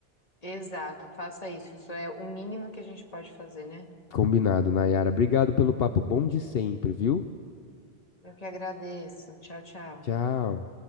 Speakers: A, on the left (about 35°); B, on the left (about 65°).
A: Exato, faça isso. Isso é o mínimo que a gente pode fazer, né?
B: Combinado, Nayara. Obrigado pelo papo bom de sempre, viu?
A: Eu que agradeço. Tchau, tchau.
B: Tchau.